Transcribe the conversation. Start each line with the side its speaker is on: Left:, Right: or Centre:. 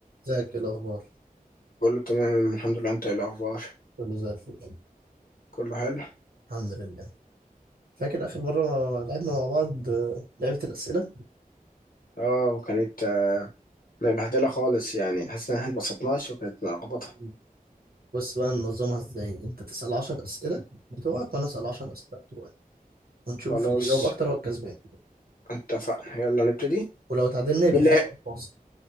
Right: ازيك ايه الاخبار
Left: كله تمام الحمد لله انت ايه الاخبار
Right: كله زي الفل
Left: كله حلو
Right: الحمد لله فاكر اخر مره لعبنا مع بعض آه، لعبه الاسئله
Left: اه وكانت آه، مبهدله خالص يعني حاسس ان احنا اتبسطناش وكانت ملخبطه
Right: مم. بس بقى ننظمها ازاي انت تسال 10 اسئله بتوعك وانا اسال 10 اسئله بتوعي ونشوف
Left: خلاص
Right: اللي يجاوب اكتر هو الكسبان
Left: اتفقنا يلا نبتدي
Right: ولو اتعادلنا يبقى
Left: مين اللي
Right: في
Left: هي-
Right: سؤال فاصل